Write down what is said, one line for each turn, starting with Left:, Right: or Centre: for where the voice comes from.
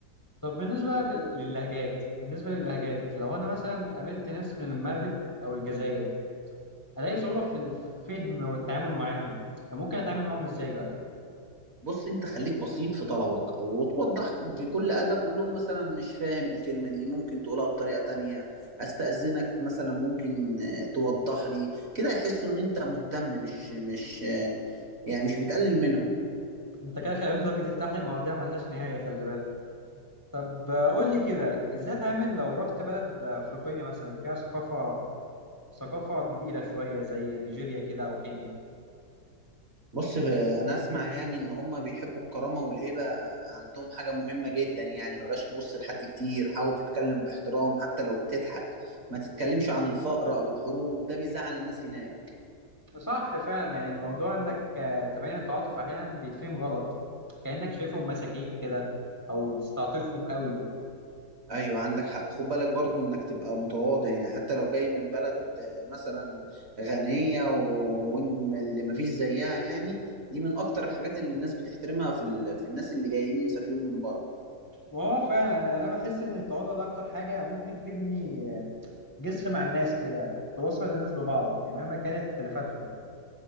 Left: طب بالنسبة بال- للهجات بالنسبة للهجات لو أنا مثلا قابلت ناس من المغرب أو الجزائر ألاقي صعوبة في الفهم والتعامل معاهم يعني ممكن أتعامل معاهم إزاي بقى
Right: بص انت خليك بسيط في طلبك او توضح بكل ادب قول لهم مثلا مش فاهم الكلمه دي ممكن تقولها بطريقه تانية استاذنك مثلا ممكن آه، توضح لي كده يحسوا ان انت مهتم مش مش آه، يعني مش بتقلل منهم
Left: انت كده خلي بالك بتفتح لي مواضيع ملهاش نهاية خلي بالك طب آه، قول لي كده ازاي اتعامل لو رحت بلد آه، افريقية مثلا فيها ثقافة ثقافة كبيرة شوية زي نيجيريا كده او كينيا
Right: بص آه، انا اسمع يعني ان هم بيحبوا الكرامه والهيبه عندهم حاجه مهمه جدا يعني بلاش تبص لحد كتير حاول تتكلم باحترام حتى لو بتضحك ما تتكلمش عن الفقر او الحروب ده بيزعل الناس هناك
Left: صح فعلا يعني موضوع انك آه، تبين التعاطف احيانا بيتفهم غلط كأنك شايفهم مساكين كده او بتستعطفهم قوي
Right: ايوه عندك حق خد بالك برضو انك تبقى متواضع يعني حتى لو جاي من بلد آه، مثلا غنيه و- وإن اللي ما فيش زيها يعني دي من اكتر الحاجات اللي الناس بتحترمها في ال... في الناس اللي جايين مسافرين من بره
Left: وهو فعلا يعني انا بحس ان التعاطف ده اكتر حاجة ممكن تبني آه، جسر مع الناس كده توصل الناس ببعض يعني مهما كانت خلافاتهم